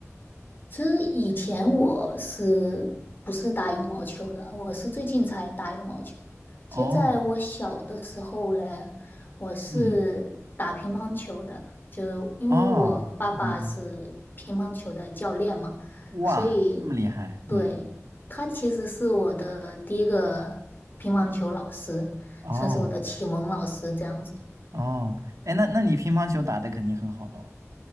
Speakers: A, on the left; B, on the right.
A: 其实以前我是不是打羽毛球的？我是最近才打羽毛球的其实，
B: 哦，
A: 在我小的时候嘞，我是打乒乓球的，
B: 嗯，
A: 就因为我爸爸是乒乓球的教练嘛，
B: 哦，嗯，哇，
A: 所以
B: 这么厉害，嗯，
A: 对，他其实是我的第一个乒乓球老师，
B: 哦，
A: 算是我的启蒙老师这样子。
B: 哦，哎，那那你乒乓球打得肯定很好咯，